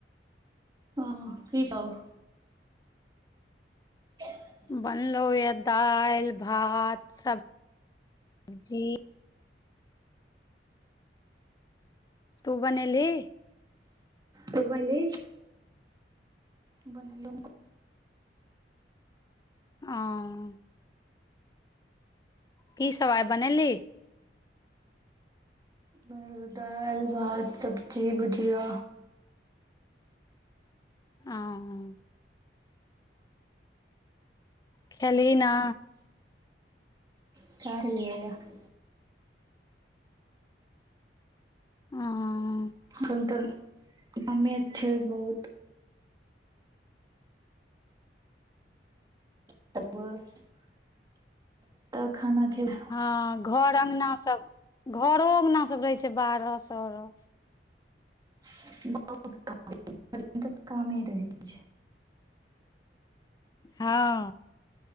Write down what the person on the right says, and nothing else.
ह की सब? <unintelligible>
तु <unintelligible> <unintelligible>
<unintelligible> दाइल, भात, सबजी, भुजिया।
<unintelligible>
अखन तन <unintelligible> छै बहुत। <unintelligible> तऽ खाना खे-
<unintelligible> कामे रहै छै।